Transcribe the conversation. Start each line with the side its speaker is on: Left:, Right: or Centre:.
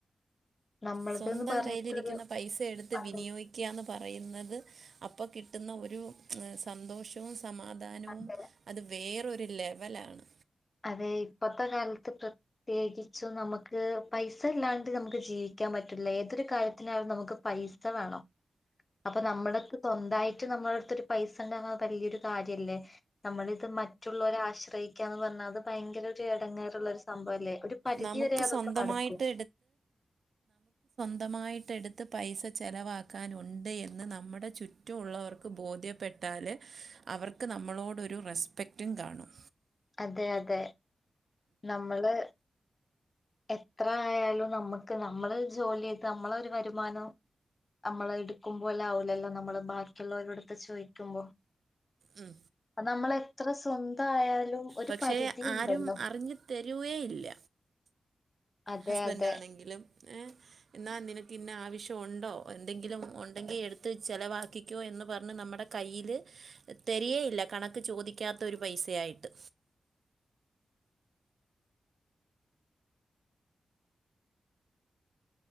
Left: നമ്മളതെന്ന്
Right: സ്വന്തം
Left: പറഞ്ഞിട്ടൊരു
Right: കയ്യിലിരിക്കുന്ന പൈസ എടുത്ത്
Left: അതെ
Right: വിനിയോഗിക്കുകാന്ന് പറയുന്ന അപ്പൊ കിട്ടുന്ന ഒരു സന്തോഷവും സമാധാനവും
Left: അതെ
Right: അത് വേറരു ഒരു ലെവലാണ്.
Left: അതെ ഇപ്പത്തെ കാലത്ത് പ്രത്യേകിച്ചും നമുക്ക് പൈസ ഇല്ലാണ്ട് നമുക്ക് ജീവിക്കാൻ പറ്റില്ല ഏതൊരു കാര്യത്തിനാലും നമുക്ക് പൈസ വേണം. അപ്പൊ നമ്മുടെ സ്വന്തായി നമ്മള അടുത്തൊരു പൈസ ഉണ്ട വലിയൊരു കാര്യല്ലേ? നമ്മളിത് മറ്റുള്ളൊരാശ്ര <unintelligible> അത് ഭയങ്കര അടങ്ങാറുള്ള ഒരു സംഭവല്ലേ ഒരു പരിധി
Right: നമുക്ക്
Left: വരെ അതൊക്കെ
Right: സ്വന്തമായിട്ട്
Left: നടക്കും
Right: സ്വന്തമായിട്ടെടുത്ത് പൈസ ചെലവാക്കാനുണ്ട് എന്ന് നമ്മടെ ചുറ്റുമുള്ളവർക്ക് ബോധ്യപ്പെട്ടാല് അവർക്ക് നമ്മളോടൊരു റെസ്പെക്റ്റും കാണും
Left: അതെ അതെ നമ്മള് എത്ര ആയാലും നമ്മുക്ക് നമ്മള് ജോലിയ്ത് നമ്മളൊരു വരുമാനം നമ്മള് എടുക്കുമ്പോല്ലാം ഓലെല്ലാം നമ്മള് ബാക്കിയുള്ളവരുടുത്ത് ചോയിക്കുമ്പോ
Right: ഉം
Left: നമ്മളെത്ര സ്വന്തയാൽ ഒരു
Right: പക്ഷേ
Left: പരിധി ഇണ്ടല്ലോ
Right: ആരും അറിഞ്ഞു തരുവേ ഇല്ല
Left: അതെ
Right: ഹസ്ബന്റാണെങ്കിലും
Left: അതെ.
Right: ഏ എന്നാ നിനക്കിന്നാ ആവശ്യ ഒണ്ടോ എന്തെങ്കിലും ഉണ്ടെങ്കി എടുത്ത് ചെലവാക്കിക്കോ എന്ന് പറഞ്ഞ് നമ്മുടെ കയ്യിൽ തരിയേയില്ല കണക്ക് ചോദിക്കാത്ത ഒരു പൈസയായിട്ട് ത്ത്